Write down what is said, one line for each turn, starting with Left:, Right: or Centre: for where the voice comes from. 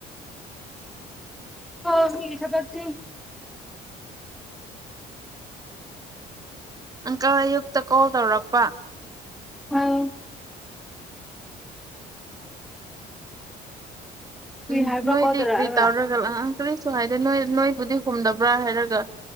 Centre: <unintelligible>
Right: ꯑꯪꯀꯜ ꯑꯌꯨꯛꯇ ꯀꯣꯜ ꯇꯧꯔꯛꯄ꯫
Centre: ꯑꯧ ꯀꯔꯤ
Right: ꯎꯝ
Centre: ꯍꯥꯏꯕ꯭ꯔꯥ
Right: ꯅꯣꯏꯗꯤ
Centre: ꯀꯣꯜ ꯇꯧꯔꯛꯑꯒ
Right: ꯀꯔꯤ ꯇꯧꯔꯒ ꯂꯥꯛꯑ꯫ ꯀꯔꯤꯁꯨ ꯍꯥꯏꯗꯦ ꯅꯣꯏ ꯅꯣꯏꯕꯨꯗꯤ ꯍꯨꯝꯗꯕ꯭ꯔ ꯍꯥꯏꯔꯒ